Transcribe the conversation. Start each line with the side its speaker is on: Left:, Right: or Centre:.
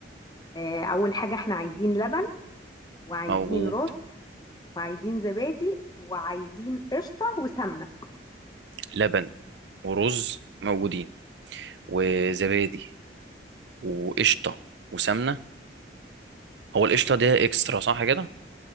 Left: آه، أول حاجة احنا عايزين لبن وعايزين
Right: موجود
Left: رز وعايزين زبادي وعايزين قشطة وسمنة
Right: لبن ورز موجودين وزبادي وقشطة وسمنة هو القشطة دي اكسترا صح كده؟